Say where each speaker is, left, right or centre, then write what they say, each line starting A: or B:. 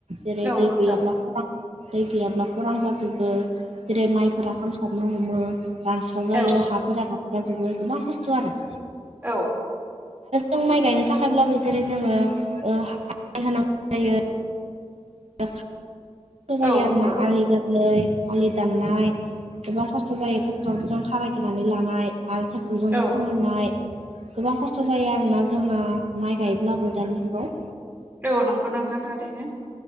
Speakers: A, on the right; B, on the right.
A: जेरै
B: औ
A: दै
B: नोंथां
A: गैयाब्ला <unintelligible> दै गैयाब्ला खरां जाजोबो जेरै माइफोरा खामसारनो हमो दानस्राव जायो
B: औ
A: हाफोरा गाबस्राजोबो गोबां खस्थ' आरो
B: औ
A: आं
B: नंगौ
A: माइ गायनो थाखायब्लाबो जेरै जोङो ओ माइ होनांगौ जायो खस्थ' जायो
B: औ
A: आरोना
B: नंगौ
A: आलि गोर लै आलि दाननाय गोबां खस्थ' जायो ट्रेक्टरफोरजों खारायगोरनानै लानाय आरो टेकटरजोंनो
B: औ
A: फोमोननाय गोबां खस्थ' जायो आरोना जोंना माइ गाय ब्लाबो दानि जुगाव
B: औ नंगौ नोंथां थारैनो।